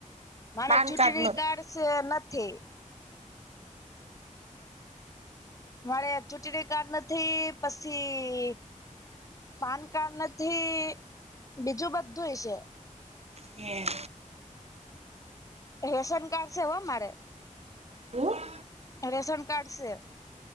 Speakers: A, on the left (about 25°); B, on the right (about 50°).
A: મારા
B: પાન
A: ચૂંટણી
B: નથી
A: કાર્ડ છે નથી. મારે ચૂંટણી કાર નથી ઈ પછી પાન કાર્ડ નથી બીજું બધુંય છે.
B: એેમ.
A: રેશન કાર્ડ છે હો મારે.
B: હું
A: રેશન કાર્ડ છે.